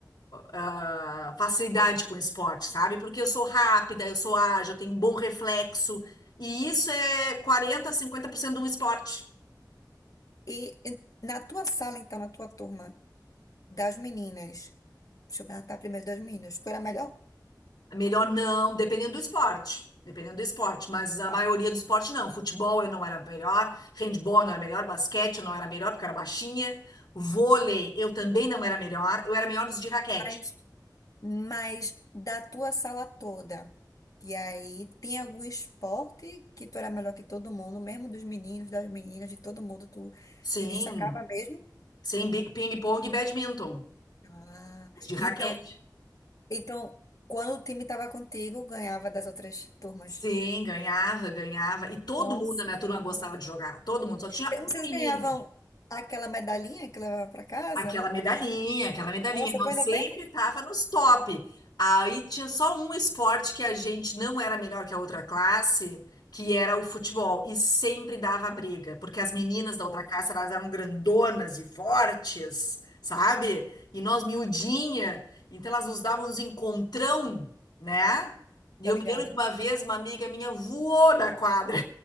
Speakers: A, on the left; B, on the left.
A: ah, facilidade com esporte, sabe? Porque eu sou rápida, eu sou ágil, eu tenho um bom reflexo. E isso é 40, 50% de um esporte.
B: E, e na tua sala, então, na tua turma, das meninas, deixa eu perguntar primeiro das meninas, tu era melhor?
A: Melhor não, dependendo do esporte. Dependendo do esporte, mas a
B: Ah,
A: maioria do esporte não. Futebol eu não era melhor, handball eu não era melhor, basquete eu não era melhor porque eu era baixinha. Vôlei eu também não era melhor, eu era melhor nos de raquete.
B: Mas, mas da tua sala toda, e aí tem algum esporte que tu era melhor que todo mundo, mesmo dos meninos, das meninas, de todo mundo, tu
A: Sim,
B: se destacava mesmo?
A: sem bi- ping-pong e badminton,
B: Ah,
A: os de raquete.
B: então, então, quando o time estava contigo, ganhava das outras turmas.
A: Sim, ganhava, ganhava. E todo
B: Nossa,
A: mundo na minha
B: que
A: turma
B: massa.
A: gostava de jogar. Todo mundo. Só tinha uma
B: Vocês
A: menina.
B: ganhavam aquela medalhinha que levava para casa?
A: Aquela medalhinha, aquela medalhinha.
B: Nossa,
A: Nós
B: tu ainda
A: sempre
B: tem?
A: tava nos top. Aí tinha só um esporte que a gente não era melhor que a outra classe, que era o futebol. E sempre dava briga. Porque as meninas da outra
B: Poxa,
A: classe, elas eram grandonas e fortes, sabe? E nós miudinha. Então elas nos davam uns encontrão, né? E
B: tô
A: eu
B: ligada.
A: me lembro de uma vez, uma amiga minha voou na quadra.